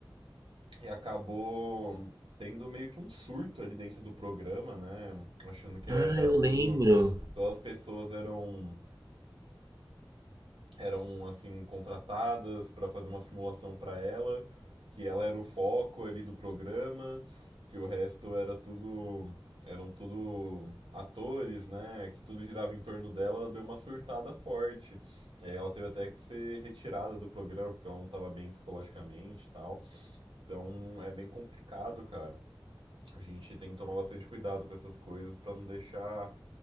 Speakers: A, on the right; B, on the right.
A: e acabou tendo meio que um surto ali dentro do programa, né? Achando que
B: Ah,
A: era
B: eu
A: tudo.
B: lembro.
A: Todas as pessoas eram eram assim contratadas para fazer uma simulação para ela, que ela era o foco ali do programa, que o resto era tudo eram tudo atores, né? Que tudo girava em torno dela, ela deu uma surtada forte. É, ela teve até que ser retirada do programa porque ela não estava bem psicologicamente e tal. Então é bem complicado, cara. A gente tem que tomar bastante cuidado com essas coisas para não deixar